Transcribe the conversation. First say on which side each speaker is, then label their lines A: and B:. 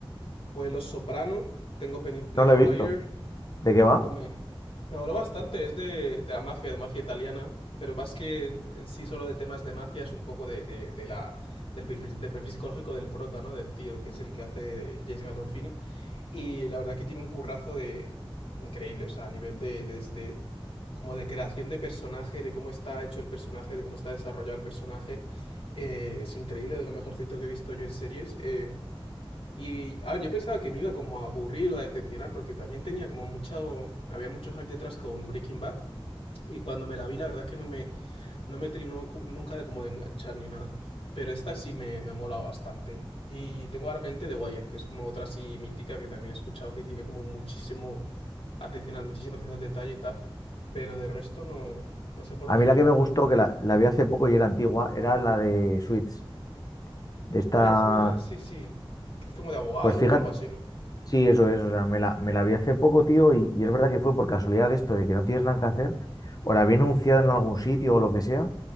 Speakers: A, on the left (about 80°); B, on the left (about 40°).
A: fue Los Soprano, tengo pendiente
B: No la
A: The Wire,
B: he visto. ¿De qué va?
A: pues me, me habló bastante, es de, de la mafia, de mafia italiana, pero más que en, en sí solo de temas de mafia, es un poco de, de, de la, del perfil, del perfil psicológico del prota, ¿no? Del tío, que es el que hace de James Gandolfini. Y la verdad que tiene un currazo de increíble, o sea, a nivel de, de- de- como de creación de personaje, de cómo está hecho el personaje, de cómo está desarrollado el personaje. eh, es increíble, de lo mejorcito que he visto yo en series. eh, y a ver, yo pensaba que me iba como a aburrir o a decepcionar porque también tenía como mucho, había mucho hype detrás con Breaking Bad y cuando me la vi la verdad es que no me, no me trinó cu- nunca de como de enganchar ni nada, pero esta sí me, me ha molado bastante. Y tengo ahora pendiente The Wire, que es como otra así mítica que también he escuchado que tiene como muchísimo atención al, muchísima atención al detalle y tal, pero de resto no, no sé por
B: A
A: dónde
B: mí la
A: tirar.
B: que me gustó, que la, la vi hace poco y era antigua, era la de Switch. De esta.
A: Ah, esa me, sí, sí, que es como de abogados
B: Pues fíjate,
A: o algo así, ¿no?
B: sí, eso es. O sea, me la, me la vi hace poco, tío, y, y es verdad que fue por casualidad esto de que no tienes nada que hacer, o la vi anunciada en algún sitio o lo que sea,